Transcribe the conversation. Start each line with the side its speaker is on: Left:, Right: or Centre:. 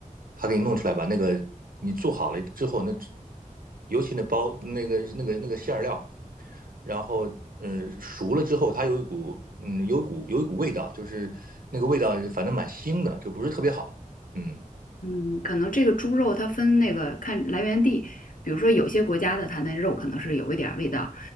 Right: 它给你弄出来吧，那个你做好了之后，那尤其那包那个那个那个馅儿料，然后嗯熟了之后，它有一股嗯有一股有一股味道，就是那个味道反正蛮腥的，就不是特别好，嗯。
Left: 嗯，可能这个猪肉它分那个看来源地，比如说有些国家的它那肉可能是有一点儿味道，